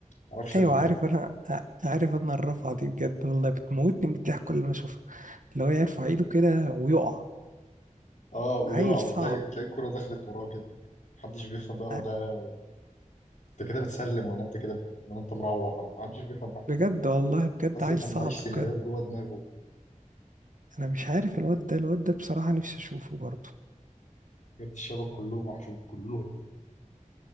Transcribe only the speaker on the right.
ايوه
عارف انا عارف انا الرفعه دي بجد والله بتموتني من الضحك كل ما اشوفها اللي هو يرفع ايده كده ويقع
عيل
صعب
ع-
بجد والله بجد
عيل
صعب
بجد
انا مش عارف الواد ده الواد ده بصراحه نفسي اشوفه برضه